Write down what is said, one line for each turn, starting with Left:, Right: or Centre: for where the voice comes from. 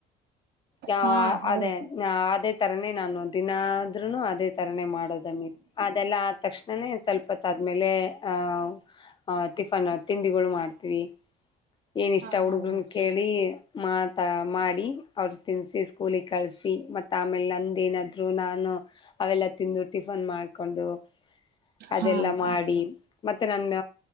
Left: ಯಾವ
Right: ಹಾ ಹೌದಕ್ಕ
Left: ಅದೇ ಅದೇ ತರನೇ ನಾನು ದಿನ ಆದ್ರೂನು ಅದೇ ತರನೇ ಮಾಡೋದಮ್ಮಿ. ಅದೆಲ್ಲ ಆದ ತಕ್ಷಣನೇ ಸ್ವಲ್ಪತ್ ಆದ್ಮೇಲೆ ಆ ಹ ಟಿಫನ್ ತಿಂಡಿಗಳು ಮಾಡ್ತೀವಿ. ಏನ ಇಷ್ಟ
Right: ಹಾ ಹಾ
Left: ಹುಡುಗ್ರನ
Right: ಹಾ
Left: ಕೇಳಿ? ಮಾತ ಮಾಡಿ ಅವರು ತಿನ್ಸಿ ಸ್ಕೂಲಿಗೆ ಕಳಸಿ ಮತ್ತ ಆಮೇಲೆ ನಂದ್ ಏನಾದ್ರು ನಾನು ಅವೆಲ್ಲ ತಿಂದು ಟಿಫನ್ ಮಾಡ್ಕೊಂಡು ಅದೆಲ್ಲ
Right: ಹಾ ಅಕ್ಕ
Left: ಮಾಡಿ ಮತ್ತೆ ನನ್ನ